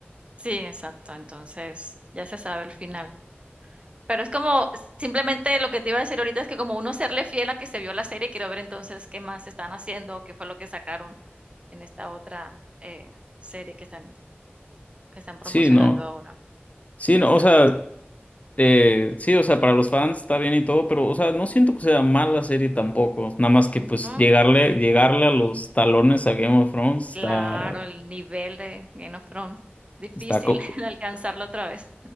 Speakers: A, on the right; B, on the left.
A: sí, exacto. Entonces, ya se sabe el final. Pero es como, simplemente lo que te iba a decir ahorita es que como uno serle fiel a que se vio la serie, quiero ver entonces qué más están haciendo, qué fue lo que sacaron en esta otra eh, serie que están, que están promocionando
B: Sí, no.
A: ahora.
B: Sí,
A: Exacto.
B: no, o sea, Eh, sí, o sea, para los fans está bien y todo, pero, o sea, no siento que sea mala serie tampoco. Nada más que,
A: Ujú.
B: pues, llegarle, llegarle a los talones a Game of Thrones está,
A: Claro, el nivel de Game of Thrones. Difícil
B: está, co-
A: <laughs> de alcanzarlo otra vez.